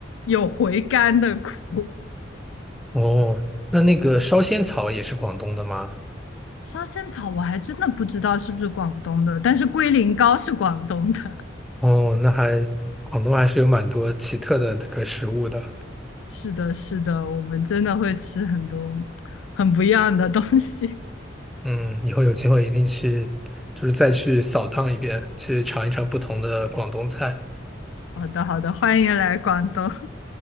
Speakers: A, on the left (about 85°); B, in the centre.
A: 有回甘的苦。
B: 哦，那那个烧仙草也是广东的吗？
A: 烧仙草我还真的不知道是不是广东的，但是龟苓膏是广东的。<laughs>
B: 哦，那还广东还是有蛮多奇特的这个食物的。
A: 是的，是的，我们真的会吃很多很不一样的东西。
B: 嗯，以后有机会一定去，就是再去扫荡一遍，去尝一尝不同的广东菜。
A: <laughs> 好的，好的，欢迎来广东。